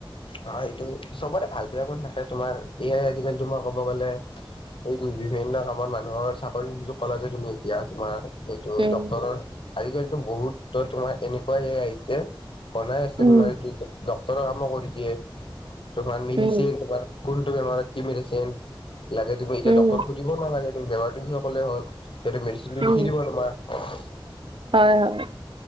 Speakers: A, on the left; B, on the right.
A: অ সেটো চবৰে ভাল বেয়া শুণ থাকে তোমাৰ এয়াই আজিকালি তোমাৰ কব গ'লে এই বিভিন্ন কামত মানুহৰ চাকৰি কল যদি এতিয়া তোমাৰ সেইটো
B: উম
A: ডক্টৰ আজিকালিতো বহুত তোমাৰ এনেকুৱাইে আহিছে বনাই আছে
B: উম
A: তোমাৰি দ <unintelligible> ডক্টৰৰ কাম কৰি দিয়ে তোমাৰ মেডিচিন
B: উম
A: তোমাৰ কোনটো বেমাৰত কি মেডিচিন লাগে তুমি এতিয়া
B: উম
A: ডক্টৰক সুধিব নালাগে তুমি বেমাৰটো কিহত কলে হল সেইটো মেডিচিনটো
B: উম
A: লিখি দিব তোমাক <unintelligible> <inaudible>
B: হয় হয়